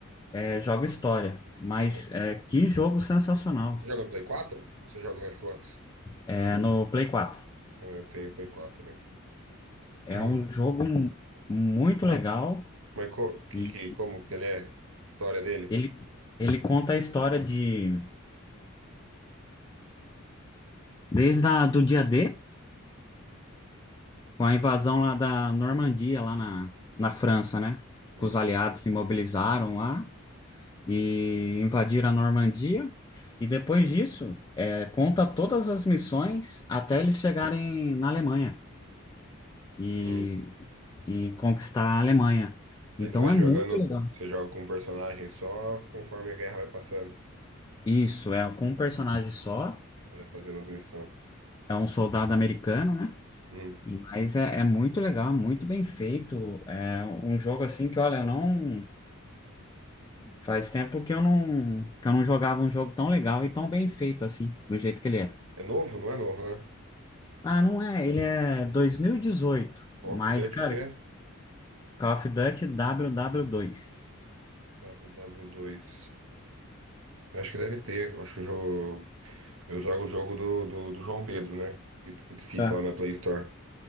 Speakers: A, on the left (about 20°); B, on the right (about 75°).
A: é, jogo história, mas
B: É.
A: é, que jogo sensacional.
B: Você joga no Play 4? Ou você joga no Xbox?
A: É no Play 4.
B: É, Eu tenho Play 4 também.
A: É
B: <clears throat>
A: um jogo mu- muito legal
B: Mas co, que,
A: e
B: que, como que ele é? A história dele?
A: ele, ele conta a história de desde a, do dia D Com a invasão lá da Normandia, lá na, na França, né?
B: Hum,
A: Que Os aliados se mobilizaram lá e invadiram a Normandia. E depois disso, é, conta todas as missões até eles chegarem na Alemanha e,
B: hum.
A: e conquistar a Alemanha. Então
B: Aí você vai
A: é
B: jogando,
A: muito legal.
B: você joga com um personagem só conforme a guerra vai passando.
A: Isso, é com um personagem só,
B: Você vai fazendo as missões.
A: é um soldado americano, né?
B: Hum.
A: E, mas é, é muito legal, muito bem feito. É um jogo assim que, olha, eu não. Faz tempo que eu não, que eu não jogava um jogo tão legal e tão bem feito assim, do jeito que ele é.
B: É novo? Não é novo, né?
A: Ah, não é, ele é dois mil e dezoito
B: Call
A: mas,
B: of Duty
A: cara,
B: o quê?
A: Call of Duty W 2
B: ww dois, Eu acho que deve ter. Eu acho que o jogo. Eu jogo o jogo do, do, do João Pedro, né? Que, que fica
A: Ah,
B: lá na Play Store.